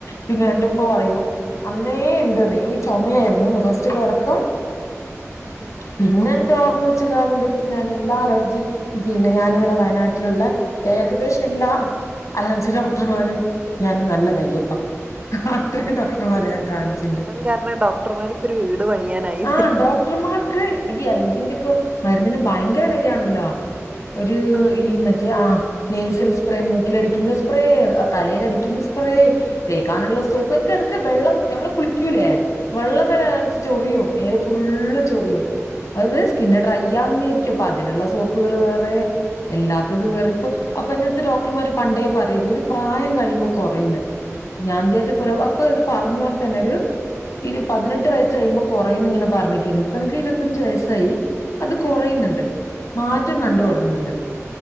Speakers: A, on the left; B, on the right.
A: പിന്നെ എന്റെ ഉമ്മ പറയും അന്നേ ഇണ്ട്ന്ന് ഈ ചുമയെര്ന്നു ഫസ്റ്റ് തൊടക്കം
B: ആ ആ
A: പിന്ന
B: ആ
A: എന്റെ ഓർമ്മ വെച്ച കാലം തൊട്ട് ഞാൻ എല്ലാ അലർജി പിന്നെ ഞാനിവടെ വയനാട്ട്ല്ള്ള ഏകദേശ എല്ലാ അലർജി ഡോക്ടർമാരും ഞാനും നല്ല കയ്യപ്പ ഇത്രയും
B: അതെ
A: ഡോക്ടർമാരെ ഞാൻ കാണിച്ചിൺണ്ട്
B: നിങ്ങൾ കാരണം ഡോക്ടർമാർ ഇപ്പൊ ഒരു വീട് പണിയാനായി
A: ആഹ് ഡോക്ടർമാർക്ക് ഈ അലർജീന്റൊക്ക മരുന്നിന് ഭയങ്കര വെലയാണല്ലൊ ഒര്
B: അതെ
A: ഈ മ ആഹ് നെയ്സിൽ സ്പ്രേ മൂക്കിലടിക്ക്ന്ന സ്പ്രേ തലയിലടിക്ക്ന്ന സ്പ്രേ തേക്കാന്ള്ള സോപ്പ് എനക്ക എടക്ക് വെള്ളം നമ്മൾ കുളിക്കൂലെ വള്ളം വരെ
B: ഉം
A: അലർജി ചൊറിയും മേല് ഫുള്ള് ചൊറിയും അത് സ്കിന്ന് ഡ്രൈ ആവുന്നേർക്കു അപ്പൊ അതിന്ള്ള സോപ്പുകള് വേറെ എല്ലാത്തത് വേറെ ഇപ്പൊ അപ്പൊ എല്ലാത്തത് പറിം ഇപ്പൊ അപ്പന്റട്ത്ത് ഡോക്ടർമാര് പണ്ടേ പറയേര്ന്നു ഒരു പ്രായം കഴിയുമ്പൊ കൊറയെന്ന് ഞാൻ വിചാരിച്ചു കൊറവ് അപ്പൊ ഇത് പർഞ്ഞ പോല തന്നെ ഒരു ഇരു പതിനെട്ട് വയസ് കഴിയുമ്പൊ കൊറയുന്ന് ഇങ്ങനെ പറഞ്ഞ്ക്കേനു ഇപ്പ എനക്ക് ഇരുപത്തഞ്ച് വയസ്സായി അത് കൊറയ്ന്ന്ണ്ട് മാറ്റം കണ്ടൊടങ്ങ്ന്ന്ണ്ട്